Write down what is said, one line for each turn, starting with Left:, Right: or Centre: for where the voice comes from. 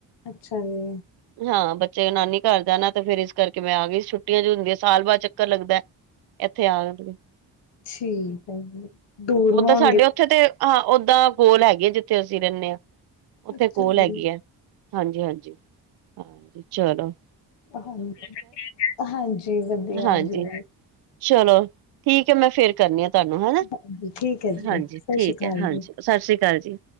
Left: ਅੱਛਾ ਜੀ
Right: ਹਾਂ ਬੱਚੇ ਨਾਨੀ ਘਰ ਜਾਨਾ ਤੇ ਫੇਰ ਇਸ ਕਰਕੇ ਮੈਂ ਆ ਗਈ ਛੁੱਟੀਆਂ ਜੋ ਹੁੰਦੀਆਂ ਸਾਲ ਬਾਅਦ ਚੱਕਰ ਲੱਗਦਾ ਇੱਥੇ ਆ ਜ
Left: ਠੀਕ ਹੈ ਜੀ ਦੂਰ
Right: ਓਦਾਂ
Left: ਬੋਤ
Right: ਸਾਡੇ ਉੱਥੇ ਤੇ ਹਾਂ ਓਦਾਂ ਕੋਲ ਹੈਗੀ ਹੈ ਜਿੱਥੇ ਅਸੀਂ ਰਹਿੰਦੇ ਹਾਂ ਉੱਥੇ
Left: ਅੱਛਾ
Right: ਕੋਲ
Left: ਜੀ।
Right: ਹੈਗੀ ਹੈ ਹਾਂਜੀ ਹਾਂਜੀ ਹਾਂਜੀ ਚਲੋ
Left: ਹਾਂ ਹਾਂਜੀ ਹੋਰ ਸਭ ਠੀਕ ਹ ਏ ਹਾਂਜੀ ਵਧੀਆ
Right: ਹਾਂਜੀ
Left: ਜੀ
Right: ਚਲੋ ਠੀਕ ਹੈ ਮੈਂ ਫੇਰ ਕਰਨੀ ਆ ਤੁਹਾਨੂੰ ਹਨਾ
Left: ਹਾਂਜੀ ਠੀਕ ਹੈ ਜੀ,
Right: ਹਾਂਜੀ
Left: ਸਤਿ
Right: ਠੀਕ
Left: ਸ਼੍ਰੀ ਅਕਾਲ
Right: ਹੈ ਹਾਂਜੀ
Left: ਜੀ।
Right: ਸਤਿ ਸ੍ਰੀ ਅਕਾਲ ਜੀ